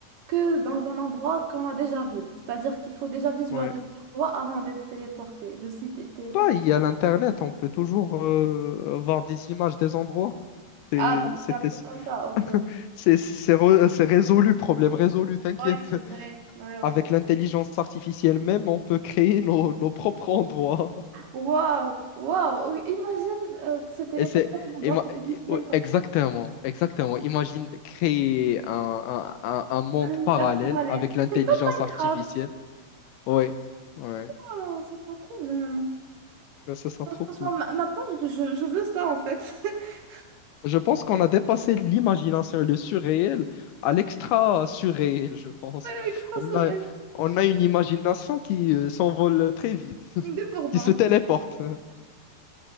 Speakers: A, on the right; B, on the left.
A: que dans un endroit qu'on a déjà vu. C'est-à-dire qu'il faut déjà visualiser
B: Ouais.
A: l'endroit avant d'être téléporté, de s'y té- téléporter.
B: Bah, il y a l'internet, on peut toujours euh, voir des images des endroits. C'est
A: Ah, donc
B: c'était-
A: c'est un truc comme ça, ok,
B: <laughs>
A: ok.
B: c'est- c'est re- c'est résolu, problème résolu, t'inquiète.
A: Ouais, c'est vrai. Ouais, ok.
B: Avec l'intelligence
A: ok.
B: artificielle même, on peut créer nos, nos propres endroits.
A: Waouh, waouh, imagine euh, se téléporter
B: Et c'est
A: à un endroit
B: ima-
A: qui n'existe même
B: ou-
A: pas,
B: exactement, exactement. Imagine créer un, un- un- un monde
A: un univers
B: parallèle
A: parallèle.
B: avec l'intelligence
A: Ah, C'est comme Minecraft.
B: artificielle. Oui, ouais.
A: Waouh, ça sera trop bien.
B: Ça, ça sera
A: Ah,
B: trop
A: Franchement,
B: cool.
A: ma- maintenant, je, je- je veux ça en fait. <laughs>
B: Je pense qu'on a dépassé l'imagination le surréel à l'extra surréel, je pense.
A: Extraterrestre.
B: On a, on a une imagination qui euh, s'envole très vite, <laughs>
A: Débordant.
B: qui se téléporte.